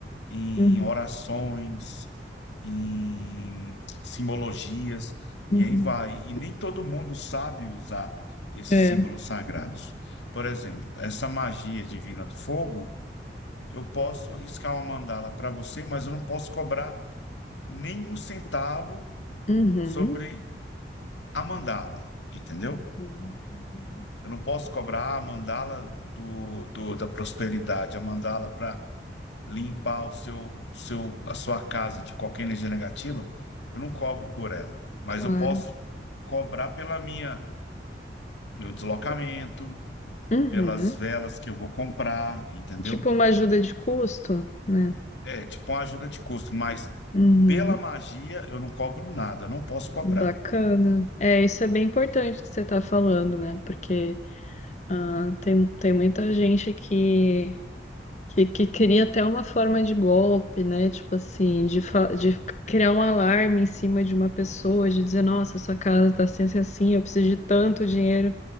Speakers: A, on the left (about 85°); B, on the left (about 40°).
A: em
B: Uhum.
A: orações, em simbologias,
B: Uhum.
A: e aí vai. E nem todo mundo sabe usar esses
B: É.
A: símbolos sagrados. Por exemplo, essa magia divina do fogo Eu posso riscar uma mandala para você, mas eu não posso cobrar nenhum centavo
B: Uhum.
A: sobre a mandala, entendeu?
B: Uhum. Uhum.
A: Eu não posso cobrar a mandala do, do- da prosperidade, a mandala para limpar o seu, seu, a sua casa de qualquer energia negativa. Eu não cobro por ela, mas
B: Claro.
A: eu posso cobrar pela minha, meu deslocamento,
B: Uhum.
A: pelas velas que eu vou comprar, entendeu?
B: Tipo uma ajuda de custo, né?
A: É tipo uma ajuda de custo, mas
B: Uhum.
A: pela magia eu não cobro nada, eu não posso cobrar.
B: Bacana. É, isso é bem importante que você tá falando, né? Porque ah, tem, tem muita gente que Que, que cria até uma forma de golpe, né? Tipo assim, de, fa- de criar um alarme em cima de uma pessoa, de dizer, nossa, sua casa tá assim, assim, assim, eu preciso de tanto dinheiro